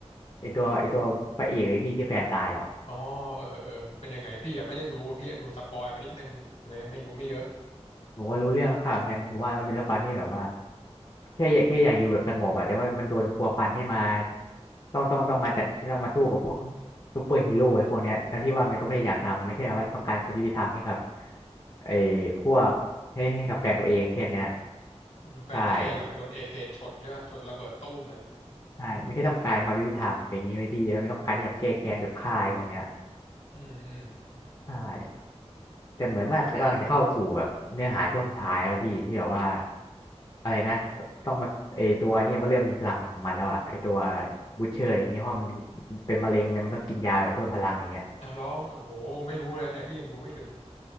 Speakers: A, on the left; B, on the left.
A: ไอตัวไอตัวพระเอกไอพี่ที่แฟนตายอ่ะ
B: อ๋อเออเออเออมันเป็นยังไงพี่อะไม่ได้ดูพี่อะดูสปอยมานิดนึงเลยไม่รู้ไม่เยอะ
A: ผมก็รู้เรื่องคร่าวๆเหมือนกันผมว่ามันเป็นละครที่แบบว่าแค่อยากแค่อยากอยู่แบบสงบอะแต่ว่ามันโดนพัวพันให้มาต้องต้องต้องมาจัดต้องมาสู้กับพวกซูเปอร์ฮีโร่ไอ้พวกเนี้ยทั้งที่ว่ามันก็ไม่ได้อยากทำมันแค่ว่าต้องการความยุติธรรมให้กับไอ้พวกให้ให้กับแฟนตัวเองแค่เนี้ย
B: อืมแฟนตัวเองอะมันโดนเอเทรนชนใช่ปะชนระเบิดตู้มเลย
A: ใช่ ใช่ไม่ใช่ต้องการความยุติธรรมอะไรอย่างนี้ไหมพี่ไม่ต้องการที่แบบแก้แค้นแบบฆ่าไอ้พวกเนี้ย
B: อืมอืม
A: ใช่แต่เหมือนว่ากำลังจะเข้าสู่แบบเนื้อหาช่วงสุดท้ายแล้วพี่ที่แบบว่าอะไรนะต้องมาไอตัวนี่มันก็เริ่มมีพลังของมันแล้วอะไอตัวบูชเชอร์อย่างเงี้ยเพราะมันเป็นมะเร็งเลยมันต้องกินยาแบบเพิ่มพลังอะไรเงี้ย
B: อ่ะแล้วโอ้โหไม่รู้เลยนะเนี่ย พี่ยังดูไม่ถึง